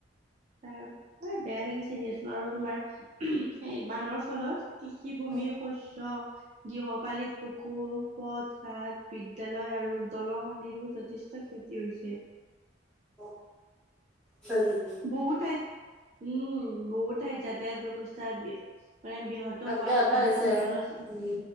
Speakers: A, on the right; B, in the centre.
A: তাত মানে বেয়া লাগিছে দিয়াচোন, আৰু তোমাৰ সেই বানৰ ফলত- কৃষিভূমি,
B: হয়
A: শস্য- গৃহপালিত পশু, পথ-বাট, বিদ্যালয় আৰু দলং আদিৰো যথেষ্ট- ষ্ট ক্ষতি হৈছে।
B: অঁ'। হয় নিকি?
A: বহু ঠাইত, উম' বহু ঠাইত যাতায়াত ব্যৱস্থা বৃ মানে বৃহৎ- ত
B: আৰু
A: হোৱাত,
B: বিয়া এটা
A: সাধাৰণ
B: হৈছে আৰু
A: জনজ
B: উম